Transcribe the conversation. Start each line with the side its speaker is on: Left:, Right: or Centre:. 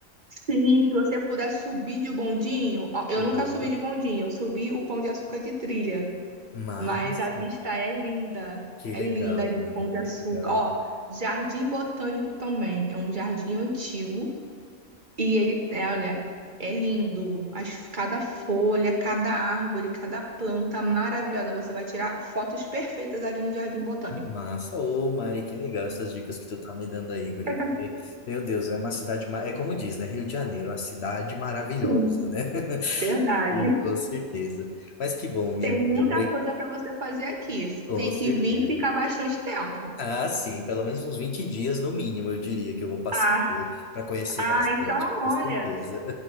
Right: Sim, se você puder subir de bondinho... ó, eu
Left: Opa,
Right: nunca subi de bondinho, eu subi o Pão de Açúcar de trilha.
Left: massa.
Right: Mas a vista é linda.
Left: Que
Right: É
Left: legal,
Right: linda ali
Left: mano,
Right: no Pão de Açúcar.
Left: que legal.
Right: Ó, Jardim Botânico também. É um jardim antigo. E ele, é, olha, é lindo. As, cada folha, cada árvore, cada planta maravilhosa. Você vai tirar fotos perfeitas ali no Jardim Botânico.
Left: Massa, ô Mari, que legal essas dicas que tu tá me dando aí, guria,
Right: <laughs>
Left: porque, meu Deus, é uma cidade, ma- é como diz, né, Rio de Janeiro, uma cidade maravilhosa,
Right: Sim,
Left: né? <laughs>
Right: verdade.
Left: E, com certeza. Mas que bom, minha
Right: Tem
Left: amiga,
Right: muita
Left: obri-
Right: coisa para você fazer aqui.
Left: com
Right: Tem
Left: certeza.
Right: que vir e ficar bastante tempo.
Left: Ah, sim, pelo menos uns 20 dias no mínimo, eu diria que eu vou passar
Right: Ah,
Left: para conhecer
Right: ah,
Left: bastante,
Right: então,
Left: com
Right: olha.
Left: certeza.